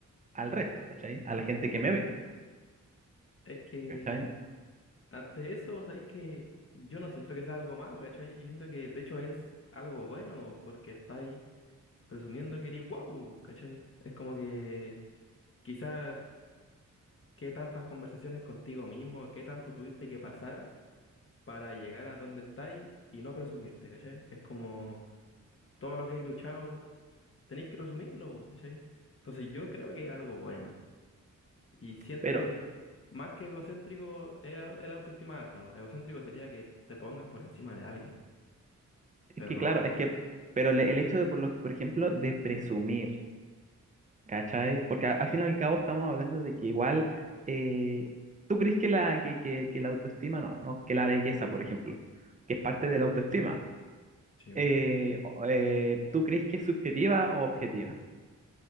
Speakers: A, on the right; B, on the left.
A: al resto, ¿cachai? A la gente que me ve,
B: Es que
A: ¿cachai?
B: ante eso, sabéis que yo no siento que sea algo malo, ¿cachai? Yo siento que de hecho es algo bueno porque estáis presumiendo que eres guapo, ¿cachai? Es como que quizás ¿Qué tantas conversaciones contigo mismo, qué tanto tuviste que pasar para llegar a donde estáis y no presumirte, ¿cachai? Es como todo lo que he luchado, tenéis que presumirlo, vos, ¿cachai? Entonces yo creo que es algo bueno. Y siento
A: Pero
B: que más que egocéntrico es au- el autoestima alta. po. Egocéntrico sería que te pongas por encima de alguien,
A: es
B: pero
A: que,
B: no
A: claro,
B: lo haces.
A: es que, pero le- el hecho de, por, lo- por ejemplo, de presumir, ¿cachai? Porque a- al fin y al cabo estamos hablando de que igual, eh, ¿tú crees que la, que, que, que la autoestima, no, no, que la belleza, por ejemplo, que es parte
B: Ujú.
A: de la autoestima,
B: Sí, obvio.
A: eh, o- eh, ¿tú crees que es subjetiva o objetiva?